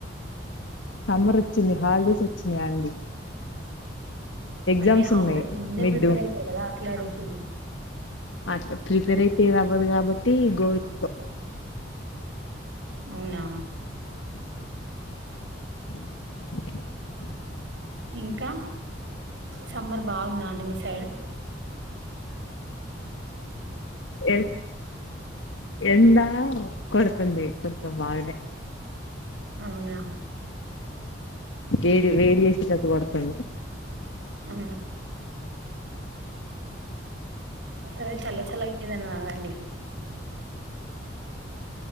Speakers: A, on the left; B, on the right.
A: సమ్మర్ వచ్చింది హాలిడేస్ వచ్చినాయా అండి ఎగ్జామ్స్
B: అంటే హాలిడేస్
A: ఉన్నాయి
B: ముందే
A: మిడ్
B: ప్రిపేర్ అవుతాయి కదా అట్లా అడుగుతుంది
A: ఆ ప్రిపేర్ అయితే అవ్వదు కాబట్టి గోవిద
B: అవునా
A: అ
B: ఇంకా సమ్మర్ బాగున్నాండి మీ సైడు
A: ఏ ఎడా కొడుతుందింది కొంచెం బగానే
B: అవునా
A: ఏడి వేడి వేసిట్త కొడతాను
B: అ సరే చల్ల చల్ల ఏదనా నాగండి <inaudible>